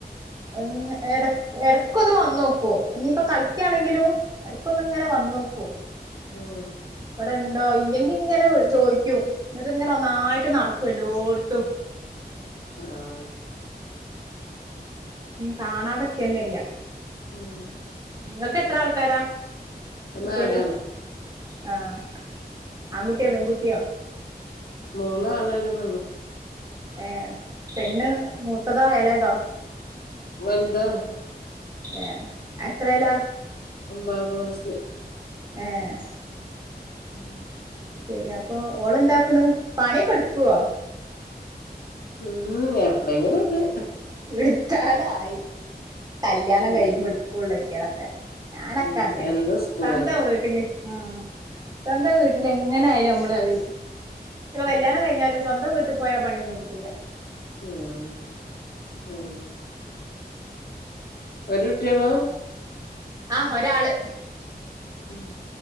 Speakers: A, on the right; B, on the left.
A: ഉം എടക്ക്‌ ഒന്ന് വന്ന് നോക്കും ഇനിയിപ്പോ കളിക്കയാണെങ്കിലും എടകൊന്ന് ങ്ങനെ വന്നോക്കും
B: ഉം
A: വടെണ്ടോ ഇല്ലെങ്കി ങ്ങനെ ചോദിക്കൂ ന്നട്ട് ങ്ങനെ ഒന്നായിട്ട് നടക്കുവെ ല്ലോട്ത്തും.
B: ആഹ്
A: കാണാതക്കെന്നെല്ല
B: ഉം
A: ങ്ങക്ക് എത്ര ആൾക്കാരാ കുട്ടിയെള്
B: നാലാണ്
A: ആഹ് ആൺകുട്ടിയോ
B: ഉം
A: പെൺകുട്ടിയോ
B: മൂന്നാണും ഒരു പെണ്ണും
A: ഏഹ് പെണ്ണ് മൂത്തതോ എളേതോ
B: വൽതാണ്
A: ഏ എത്രേലാ
B: ഒമ്പതാം ക്ലാസ്സില്
A: ഏഹ്
B: ഉം
A: ശെരി അപ്പൊ ഓളന്താക്കണ് പണിഒക്കെടുക്കുവോ
B: ഉം എപ്പളേങ്കിലൊക്കെ
A: ഇട്ത്താലായി കല്യാണം
B: ഉം
A: കഴിയുമ്പോ എട്കൊള്ളു അയ്റ്റെളൊക്കെ ഞാനൊക്കങ്ങനെണ്
B: ഉം എന്നും സ്കൂളാ
A: സ്വന്തം വീട്ടില് ഉം സ്വന്തം വീട്ടിലെങ്ങനായാലും നമ്മളത് ഇപ്പൊ
B: ഉം
A: കല്യാണം കഴിഞ്ഞാലും സ്വന്തം വീട്ടി പോയാ പണിയൊന്നെടുക്കൂല്ല
B: ഉം ഉം ഒരുട്ടിയോള്ളൂ
A: ആഹ് ഒരാള്
B: ഉം